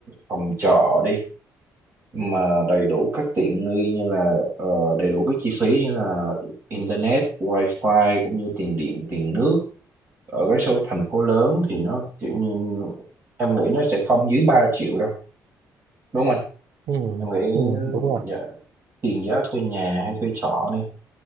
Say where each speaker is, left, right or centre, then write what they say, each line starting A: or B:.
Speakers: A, on the right; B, on the right.
A: phòng trọ đi mà đầy đủ các tiện nghi như là ờ, đầy đủ các chi phí như là internet, wifi cũng như tiền điện, tiền nước ở cái số thành phố lớn thì nó kiểu như em nghĩ nó sẽ không dưới 3 triệu đâu đúng không anh?
B: Ừ,
A: Em nghĩ
B: ừ, đúng rồi.
A: dạ, tiền giá thuê nhà hay thuê trọ